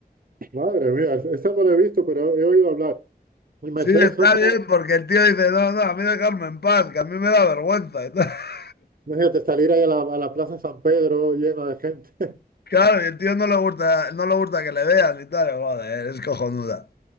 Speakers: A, on the right; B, on the left.
A: Madre mía, esa no la he visto, pero he oído hablar. Y Mercedes
B: Sí, está
A: Sosa,
B: bien, porque el tío dice, no, no, a mí dejarme en paz, que a mí me da vergüenza y tal. <laughs>
A: imagínate salir ahí a la, a la Plaza San Pedro llena de gente. <laughs>
B: Claro, y el tío no le gusta, no le gusta que le vean y tal. Joder, es cojonuda.